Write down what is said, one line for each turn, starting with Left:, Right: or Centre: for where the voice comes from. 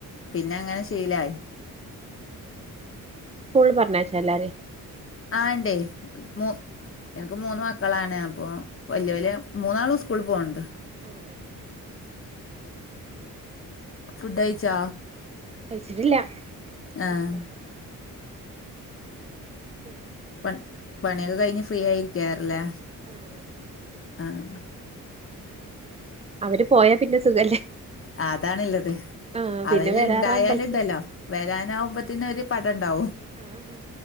Left: പിന്നെ അങ്ങനെ ശീലായി
Right: ഫൂള്ള് പർഞ്ഞെച്ചോ എല്ലാരിം
Left: ആണ്ടേ മോ എനിക്ക് മൂന്ന് മക്കളാണ് അപ്പൊ വെല്ല്യോല് മൂന്നാളും സ്കൂള്ള് പോണ്ട്
Right: അതെ
Left: ഫുഡ്
Right: ഉം
Left: കഴിച്ചോ?
Right: കഴിച്ചിട്ടില്ല
Left: ആഹ്
Right: ഇല്ല <unintelligible>
Left: പ പണിയോക്കെ കഴിഞ്ഞ് ഫ്രീ ആയി ഇരിക്കെക്കാരം ലെ
Right: ആഹ്
Left: ആഹ്
Right: അവര് പോയാ പിന്നെ സുഖല്ലേ?
Left: അതാണ്ള്ളത്
Right: ആഹ്
Left: അവര്
Right: പിന്നെ വരാറാവുമ്പഴേക്കും
Left: ഇണ്ടായാല് ഇണ്ടല്ലോ വരാനാവുമ്പത്തിന് ഒരു പടം ഇണ്ടാവും
Right: ആഹ്